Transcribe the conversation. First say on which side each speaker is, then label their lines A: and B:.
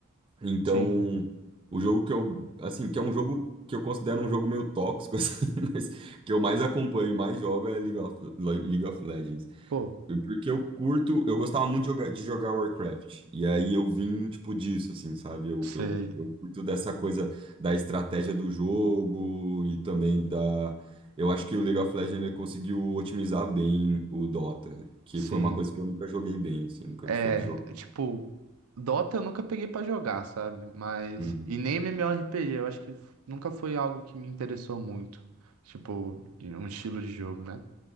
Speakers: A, on the right (about 25°); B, on the right (about 90°).
A: Então,
B: sim,
A: o jogo que eu, assim, que é um jogo que eu considero um jogo meio tóxico, <laughs> assim, mas que eu mais acompanho e mais jogo é League of, League of Legends.
B: pô,
A: Porque eu curto, eu gostava muito de jogar, de jogar Warcraft. E aí eu vim, tipo, disso, assim, sabe? Eu,
B: sei,
A: eu, eu curto dessa coisa da estratégia do jogo e também da. Eu acho que o League of Legends ele conseguiu otimizar bem o Dota, que
B: sim.
A: foi uma coisa que eu nunca joguei bem, assim, nunca
B: É,
A: soube jogar.
B: tipo, Dota eu nunca peguei pra jogar, sabe? Mas.
A: Uhum,
B: E nem MMORPG, eu acho que f- nunca foi algo que me interessou muito. Tipo, de um estilo de jogo, né?